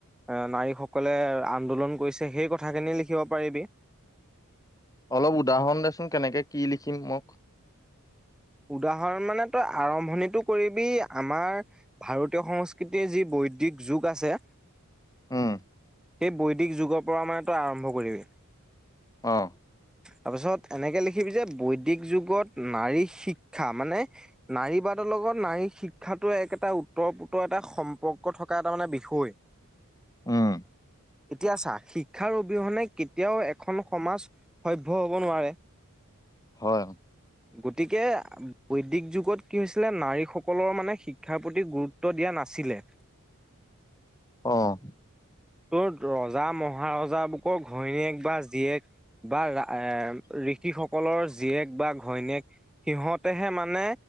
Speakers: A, in the centre; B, on the left.
A: এ নাৰীসকলে আন্দোলন কৰিছে সেই কথাখিনি লিখিব পাৰিবি।
B: অলপ উদাহৰণ দেচোন কেনেকে কি লিখিম মোক।
A: উদাহৰণ মানে তই আৰম্ভণিটো কৰিবি আমাৰ ভাৰতীয় সংস্কৃতিৰ যি বৈদিক যুগ আছে।
B: উম।
A: সেই বৈদিক যুগৰ পৰা মানে তই আৰম্ভ কৰিবি।
B: অ'।
A: তাৰপিছত এনেকে লিখিবি যে বৈদিক যুগত নাৰী শিক শিক্ষা মানে নাৰীবাদৰ লগত নাৰী শিক্ষাটো এক এটা ওতঃপ্ৰোত এটা সম্প সম্পৰ্ক থকা এটা মানে বিষয়।
B: উম,
A: এতিয়া চা শিক্ষাৰ অবিহনে কেতিয়াও এখন সমাজ সভ্য হ'ব নোৱাৰে। <inaudible>
B: হয়।
A: গতিকে বৈদিক যুগত কি হৈছিলে নাৰীসকলৰ মানে শিক্ষাৰ প্ৰতি গুৰুত্ব দিয়া নাছিলে।
B: অঁ।
A: তোৰ ৰজা, মহাৰজাবোকৰ ঘৈণীয়েক বা জীয়েক বা ৰা এ ঋষিসকলৰ জীয়েক বা ঘৈণীয়েক সিহঁতেহে মানে